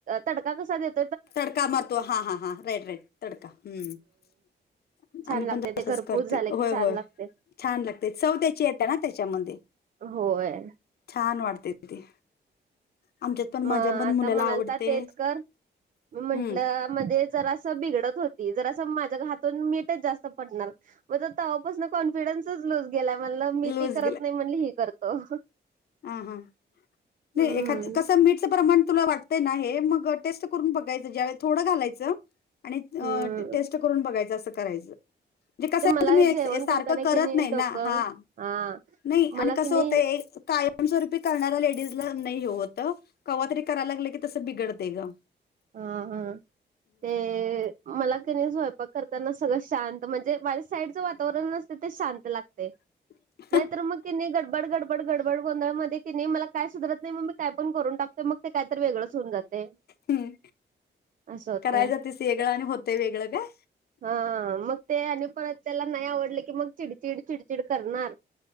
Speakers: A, on the right (about 45°); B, on the left (about 60°).
A: तडका कसा देतो
B: तडका मारतो हा हा हा राईट राईट तडका हम्म
A: छान
B: आम्ही
A: लागते
B: पण
A: ते
B: तसच
A: घरपूस
B: करते
A: झालं
B: होय
A: की छान
B: होय
A: लागते
B: छान लागते चव त्या्ची येत्या ना त्याच्यामध्ये
A: होय
B: छान वाटते ते आमच्यात पण
A: मग
B: माझ्या पण
A: आता
B: मुलाला
A: म्हणाल
B: आवडते
A: तर तेच कर मी म्हटलं
B: हम्म
A: मध्ये जरासं बिघडत होती जरास माझ्या हातून मीठच जास्त पडणार मजा तवापासून कॉन्फिडन्सच लूज गेला म्हटल मी
B: लूज
A: ते करत नाही म्हणली ही करतो
B: ह हां
A: हम्म
B: नाही एखाद कस मीठच प्रमाण तुला वाटत ते नाही मग टेस्ट करून बघायचं ज्यावेळी थोडं घालायचं आणि
A: हम्म
B: टेस्ट करून बघायचं असं करायचं म्हजे कसं
A: ते मला
B: आहे तुम्ही
A: जेवण
B: हे सारखं
A: करताना
B: करत
A: की
B: नाही
A: डोकं
B: ना हा
A: हा
B: नाही आणि
A: मला
B: कसं
A: की नाही
B: होतं काय कायमस्वरूपी करणारा लेडीज ला नाही हे होत केव्हातरी करायला लागले की तसं बिघडते ग
A: हां हां ते मला कनी स्वयंपाक करताना सगळं शांत म्हणजे माझ्या साईडचं वातावरण असते ते शांत लागते
B: <unintelligible>
A: नाहीतर मग के नाही गडबड गडबड गडबड गोंधळमध्ये कि नाही मला काय सुधरत नाही मग मी काय पण करून टाकतो मग ते काहीतरी वेगळंच होऊन जाते
B: हम्
A: असं होते
B: करायचं तस वेगळं आणि होतंय वेगळं का
A: हा मग ते आणि पण त्याला नाही आवडलं की मग चिडचिड चिडचिड करणार